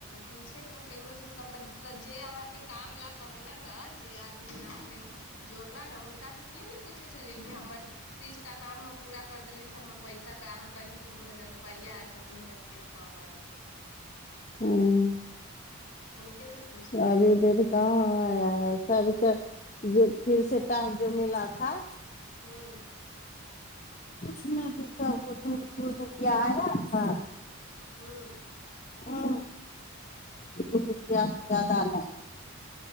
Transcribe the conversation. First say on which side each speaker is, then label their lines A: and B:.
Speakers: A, on the left (about 65°); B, on the left (about 35°).
A: पूछैत रहू केकरो से सम्बंधित जे अहाँके काम ला कहलन ने जे अहाँ के जोड़ल ने हुनका से कि ने पूछे छलै कि हमर तीस टा काम हम पूरा कर देले छ हमर पैसाे अहाँ कहली कि दू हजार रुपैआ आ ए त दू हजार रुपैआ कब आएल छै
B: हूँ
A: हुनके से पूछल
B: अभी
A: गय
B: फर कहाँ आया है सभके जो फिर सँ टास्क जो मिला था
A: हूँ
B: उसमे भी सबको दू दू रुपआ आया था
A: ह
B: हूँ दु रुपया से जााद नहि